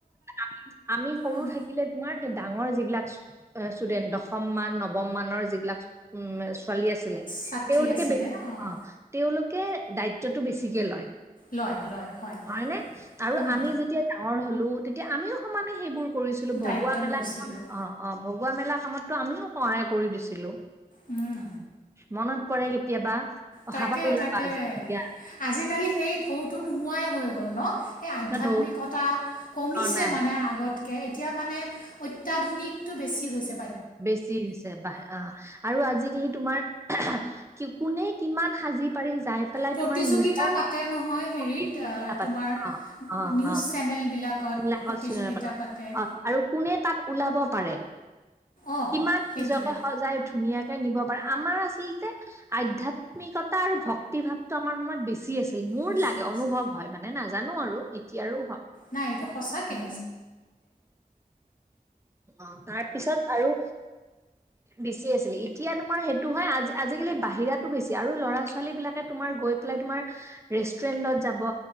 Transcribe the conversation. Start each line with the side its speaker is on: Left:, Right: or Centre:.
Right: আ আমি সৰু
Left: অঁ,
Right: থাকিলে তোমাৰ ডাঙৰ যিবাক ষ্টুডেন্ট দশম মান, নৱম মানৰ যিবিলাক উ ছোৱালী আছিলে,
Left: ছাত্ৰী
Right: তেওঁলোকেে
Left: আছিলে অঁ
Right: অ তেওঁলোকে দায়িত্বতটো বেছিকে লয়।
Left: লয় লয় হয়।
Right: হয়নে? আৰু
Left: অঁ
Right: আমি যেতিয়া ডাঙৰ হ'লো তেতিয়া আমিও সমানে সেইবোৰ কৰিছিলো, ভগুৱা
Left: দায়িত্ব
Right: মেলা
Left: লৈছিলোঁ
Right: সমান অ অ। ভগুৱা মেলা কামততো আমিও সহায় কৰি দিছিলো।
Left: উম।
Right: মনত পৰে কেতিয়াবা। অহাবাৰ
Left: তাকে
Right: ওলাবা
Left: তাকে,
Right: যাম দিয়া
Left: আজিকালি সেই ঢৌটো নোহোৱাই হৈ গ'ল ন? সেই আধ্যাত্মিকতা
Right: ন' দৌৰ
Left: কমিছে
Right: অ', নাই
Left: মানে আগত। এতিয়া মানে অত্যাধুনিকটো বেছি হৈছে
Right: বেছি হৈছে ব অ আৰু আজিকালি তোমাৰ কোনে কিমান সাজি পাৰি যাই পেলাই
Left: প্ৰতিযোগিতা
Right: তোমাৰ নিজৰ
Left: পাতে নহয় হেৰিত
Right: প্ৰতিযোগিতা পাতে
Left: তোমাৰ
Right: অ অ
Left: নিউজ
Right: অ
Left: চেনেলবিলাকত
Right: নীলাকত
Left: প্ৰতিযোগিতা
Right: চিনেমা পাৰত
Left: পাতে।
Right: অ আৰু কোনে তাত ওলাব পাৰে,
Left: অঁ
Right: কিমান
Left: সেইটোৱে
Right: নিজকে সজাই ধুনীয়া নিব পাৰে আমাৰ আচলতে আধ্যাত্মিকতা আৰু ভক্তি ভাৱটো আমাৰ সময়ত বেছি আছিল। মোৰ
Left: বেছি
Right: লাগে
Left: আছে
Right: অনুভৱ হয় মানে নাজানো আৰু এতিয়াৰো
Left: নাই এইটো সঁচাকে।
Right: অ তাৰ পিছত আৰু বেচি আছিলে এতিয়া তোমাৰ সেইটো হয় আজি আজিকালি বাহিৰাতো বেছি আৰু ল'ৰা ছোৱালী বিলাকে তোমাৰ মাৰ গৈ পেলাই তোমাৰ ৰেষ্টুৰেন্টত যাব